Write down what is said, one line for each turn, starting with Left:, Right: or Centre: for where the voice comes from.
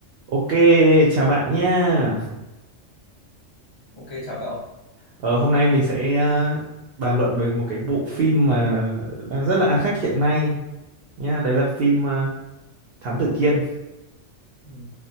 Right: Ok, chào bạn nha.
Left: Ok, chào cậu.
Right: Ờ, hôm nay mình sẽ ờ, bàn luận về một cái bộ phim mà đang rất là ăn khách hiện nay nha. Đấy là phim ờ, Thám Tử Kiên
Left: Ừ.